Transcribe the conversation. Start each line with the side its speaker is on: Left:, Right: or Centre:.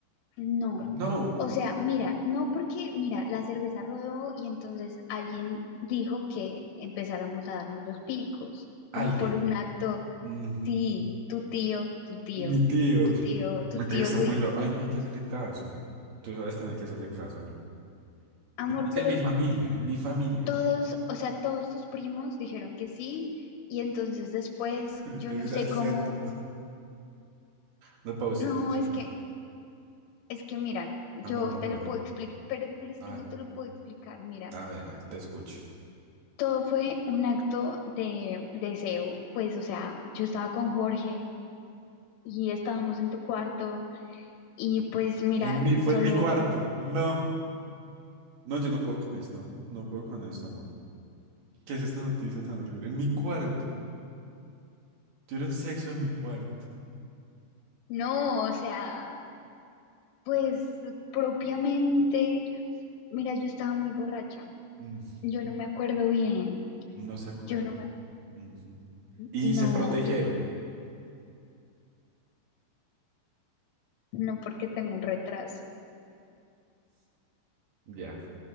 Left: No,
Right: No,
Left: o sea, mira, no porque, mira, la cerveza rodó y entonces alguien dijo que empezáramos a darnos los picos,
Right: alguien.
Left: como por un acto,
Right: Mm,
Left: sí, tu tío, tu tío,
Right: mi tío.
Left: tu tío, tu
Right: Mi
Left: tío
Right: tío está
Left: Luis.
Right: muy loco. Ay, no hay que hacerle caso. Tú sabes que no hay que hacerle caso, Luis.
Left: Amor,
Right: Y menos
Left: pero
Right: En mi familia, en mi familia.
Left: todos, o sea, todos tus primos dijeron que sí y entonces después
Right: <laughs> Entonces,
Left: yo no sé
Right: hacia...
Left: cómo,
Right: no, no, Pau, estoy
Left: no,
Right: decepcionado.
Left: es que, es que mira, yo
Right: Amor, no
Left: te
Right: puedo.
Left: lo puedo explicar, pero, pero es
Right: A
Left: que
Right: ver,
Left: yo te lo puedo explicar, mira.
Right: a ver, a ver, te escucho.
Left: Todo fue un acto de deseo, pues, o sea, yo estaba con Jorge y estábamos en tu cuarto y pues mira,
Right: En mi, fue
Left: solo,
Right: en mi cuarto. No, no, yo no puedo con esto. No puedo con esto, amor. ¿Qué es esta noticia tan horrible? En mi cuarto. Tuvieron sexo en mi cuarto.
Left: no, o sea, pues propiamente, mira, yo estaba muy borracha,
Right: Mm,
Left: yo no me acuerdo bien,
Right: no se acuerdan.
Left: yo no me,
Right: Ujú. Y
Left: no,
Right: se protegieron.
Left: y no porque tengo un retraso,
Right: Ya,